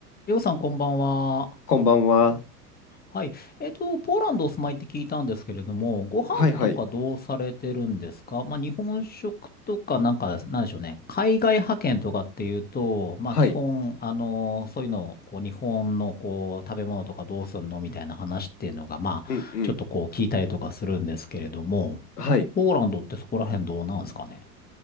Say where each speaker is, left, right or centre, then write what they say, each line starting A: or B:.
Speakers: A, on the left; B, on the left.
A: りょうさん、こんばんは。
B: こんばんは。
A: はい。えっと、ポーランドお住まいって聞いたんですけれども、ご飯とかどうされてるんですかまあ、
B: はいはい。
A: 日本食とか、なんか、なんでしょうね。海外派遣とかっていうと、まあ、
B: はい。
A: 基本、あのそういうのを、こう、日本の、こう、食べ物とかどうすんのみたいな話っていうのが、まあ、
B: うんうん。
A: ちょっとこう、聞いたりとかするんですけれども、
B: はい。
A: ポーランドってそこら辺どうなんですかね